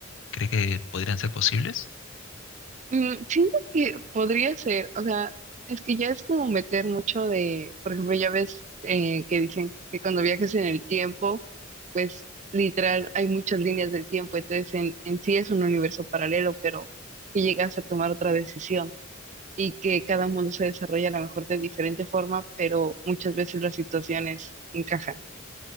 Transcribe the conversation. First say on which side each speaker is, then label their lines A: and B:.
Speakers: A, on the left; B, on the right.
A: ¿Crees que podrían ser posibles?
B: Mm, siento que podría ser, o sea, es que ya es como meter mucho de, por ejemplo, ya ves eh, que dicen que cuando viajes en el tiempo, pues literal hay muchas líneas del tiempo, entonces en, en sí es un universo paralelo, pero que llegas a tomar otra decisión y que cada mundo se desarrolla a lo mejor de diferente forma, pero muchas veces las situaciones encajan.